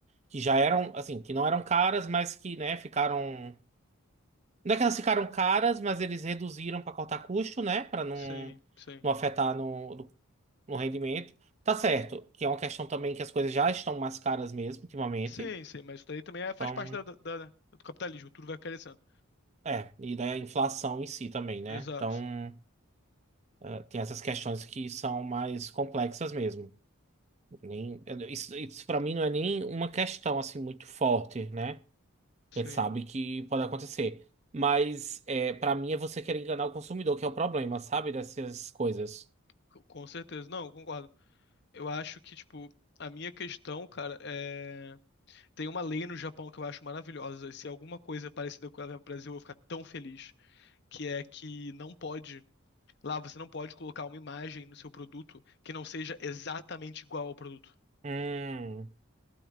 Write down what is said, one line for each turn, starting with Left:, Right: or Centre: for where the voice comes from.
Right: que já eram, assim, que não eram caras, mas que, né, ficaram. Não é que elas ficaram caras, mas eles reduziram para cortar custo, né? Para não,
Left: Sim, sim.
Right: não afetar no, no no rendimento. Tá certo, que é uma questão também que as coisas já estão mais caras mesmo ultimamente.
Left: Sim, sim, mas isso daí também é- faz
Right: Então,
Left: parte da, da- da- do capitalismo, tudo vai crescendo.
Right: é, e daí a inflação em si também, né?
Left: Exato.
Right: Então, eh, tem essas questões que são mais complexas mesmo. Nem, eu- isso, isso para mim não é nem uma questão assim muito forte, né?
Left: Sim,
Right: A gente sabe que pode acontecer. Mas é, para mim é você querer enganar o consumidor, que é o problema, sabe? Dessas coisas.
Left: com com certeza. Não, eu concordo. Eu acho que, tipo, a minha questão, cara, é. Tem uma lei no Japão que eu acho maravilhosa. Se é alguma coisa é parecida com a do Brasil, eu vou ficar tão feliz. Que é que não pode. Lá você não pode colocar uma imagem no seu produto que não seja exatamente igual ao produto.
Right: Hum.